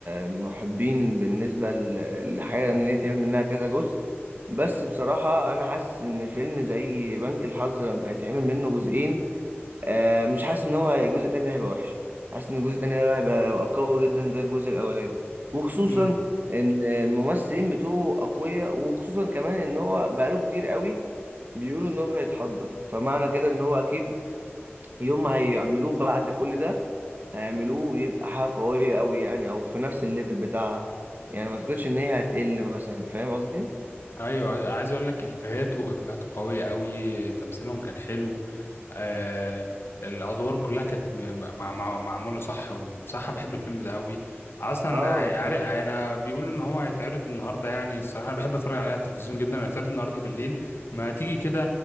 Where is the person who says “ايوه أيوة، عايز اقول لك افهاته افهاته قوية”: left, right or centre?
Left